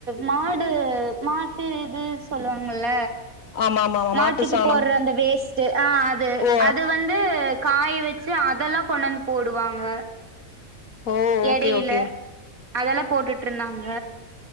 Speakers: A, on the right (about 85°); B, on the left (about 75°).
A: மாடு மாட்டு இது சொல்லுவாங்கல
B: ஆமா ஆமா ஆமா
A: மாட்டுக்கு
B: மாட்டு சாணம்
A: போற்ற அந்த வேஸ்ட் ஆ அது
B: ஓ
A: அது வந் து காய வெச்சு அதெல்லா கொண்டாந்து போடுவாங்க
B: ஓ ஓகே
A: எடையில
B: ஓகே
A: அதெல்லா போட்டுட் இருந்தாங்க